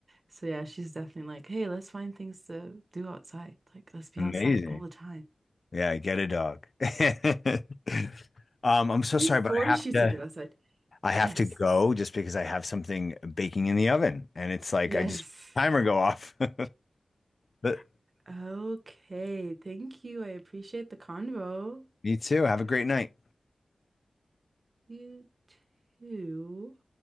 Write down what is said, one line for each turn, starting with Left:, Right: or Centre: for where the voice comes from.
Right: So yeah, she's definitely like, hey, let's find things to do outside. Like, let's be
Left: amazing.
Right: outside all the time.
Left: Yeah, get a dog. <laughs> Um, I'm so
Right: They
Left: sorry,
Right: force
Left: but I have
Right: you to
Left: to
Right: get outside.
Left: I have
Right: Yes.
Left: to go just because I have something baking in the oven and it's like
Right: Yes.
Left: I just timer go off. <laughs> But
Right: Okay. Thank you. I appreciate the convo.
Left: me too. Have a great night.
Right: You too.